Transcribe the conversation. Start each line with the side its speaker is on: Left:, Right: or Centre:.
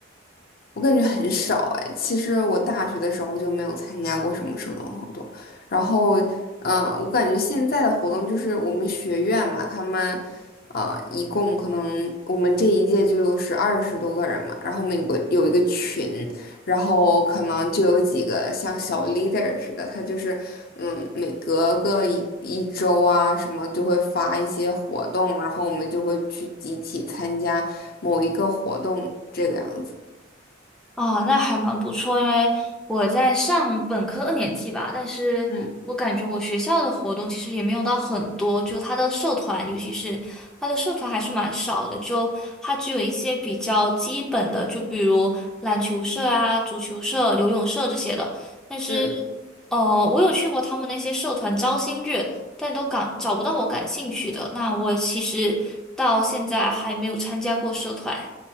Left: 我感觉很少哎。其实我大学的时候就没有参加过什么社团活动，然后，嗯、我感觉现在的活动就是我们学院嘛，他们，呃，一共可能我们这一届就是二十多个人嘛，然后我们有个有一个群，然后可能就有几个像小 leader 似的，他就是，嗯，每隔个一一周啊什么就会发一些活动，然后我们就会去集体参加某一个活动这个样子。
Centre: 哦，那还蛮不错，因为我在上本科二年级吧，但是我感觉我学校的活动其实也没有到很多，
Left: 嗯。
Centre: 就他的社团，尤其是他的社团还是蛮少的，就他只有一些比较基本的，就比如篮球社啊、足球社、游泳社这些的。但是，
Left: 嗯
Centre: 呃，我有去过他们那些社团招新日，但都感找不到我感兴趣的。那我其实到现在还没有参加过社团。